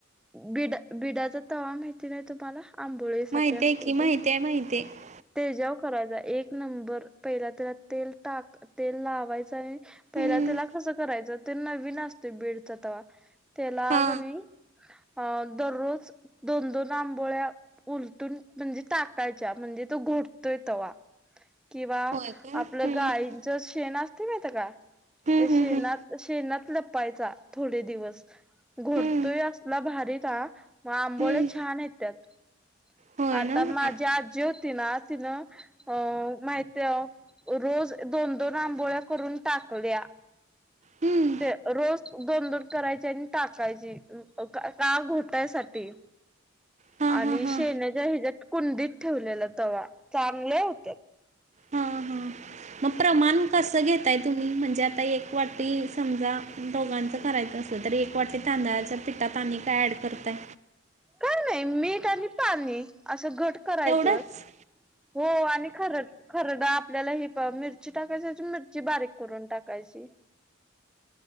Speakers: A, in the centre; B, on the right (about 35°).
A: बिडा बिडाचा तवा माहिती नाही तुम्हाला आंबोळी साठी
B: माहिती
A: असते
B: आहे की माहिती
A: तर तो
B: आहे माहिती आहे.
A: त्याच्यावर <unintelligible> एक नंबर पहिला तव्यात तेल टाकाय तेल लावायचं आणि पहीला
B: हम्म
A: त्याला कस करायच ते नवीन असतो बीडचा तवा त्याला
B: हा
A: कणी अ दररोज दोन दोन आंबोळ्या उलटून म्हणजे टाकायच्या म्हणजे तो घो तवा्हा किंवा
B: होय का हम्म
A: आपलं गायंच शेण असते माहीत का? ते
B: हम्म
A: शेणात
B: हम्म हम्म
A: शेणात लपायचा थोडे दिवस घोडतोय
B: हम्म
A: असला भारी त मग आंबोळे
B: हम्म
A: छान येत्यात
B: होय
A: आता
B: ना हम्म
A: माझी आजी होती ना, तीन अ माहिती रोज दोन दोन आंबोळ्या करून टाकल्या <inaudible>
B: हम्म
A: ते रोज दोन दोन करायची आणि टाकायची का घोटायसाठी
B: हा
A: आणि
B: हा हा
A: शेण्याच्या हिच्यात कुंडीत ठेवलेला तवा चांगले होतयात
B: हा <inaudible> मग प्रमाण कस घेताय <inaudible> तुम्ही म्हणजे आता एक वाटी समजा दोघांच करायच असल तर एक वाटी <inaudible> तांदळाचा पिठा <inaudible> यात आणि काय ॲड करतय?
A: काय मीठ आणि पाणी अस घ करायच
B: तेवढंच
A: हो आणि ख खरड आपल्या ही मिर मिरची टाकायची मिरची बारीक करून टाकायची